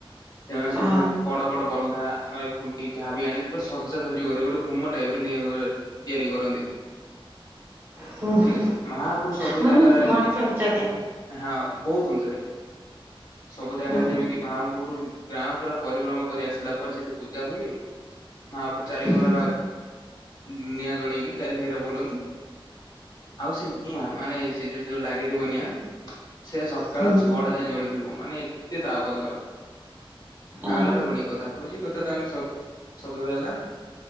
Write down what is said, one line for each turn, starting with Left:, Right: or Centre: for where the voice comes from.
Left: ସେମାନେ ସବୁ
Right: ଆ
Left: ବଡ ବଡ ବଲହା ନହଲେ ଖୁଣ୍ଟି ଯାହାବି ଆଣି ପୁରା ସଜାସଜି କରି ଗୋଟେ ପୁମା ଟାଇପରେ <unintelligible> ତିଆରି କରନ୍ତି
Right: ହୁଁ ହୁଁ
Left: ଠିକ ଅଛି ମହା ପୁରୁ ସବୁ
Right: ମାନେ
Left: ଜାଗାରେ
Right: ମଣିଷଞ୍ଚରେ
Left: ହଁ ବୋହୁତ ଉଞ୍ଚାରେ ସବୁ ଜାଗା
Right: ହୁଁ
Left: ଯେମିତି ମାହାପୁରୁ ଗାଁ ପୁରା ପରିକ୍ରମା କରି ଆସିଲା ପରେ ସେଠି ପୂଜା ହୁଏ ମହାପୁ ଚାରିକୋଳା
Right: ହୁଁ
Left: ନିଆଁ ଜଳେଇକିରି ଚାରିଘେରା ବୁଲନ୍ତି ଆଉ ସେ ନିଆଁ ମାନେ ସେଇଟା ଯୋଉ ଲାଗିଥିବ ନିଆଁ ସେ ସକାଳ
Right: ହୁଁ
Left: ଛଅଟା ଯାଏଁ ଜଳୁଥୁବ ମାନେ ଏତେ ତାଆପ ତହର। ଆଉ
Right: ଅ
Left: ରହିଲା ହୋଲି କଥା ହୋଲି କଥା ତ ଆମେ ସ ସବୁ ତ ହେଲା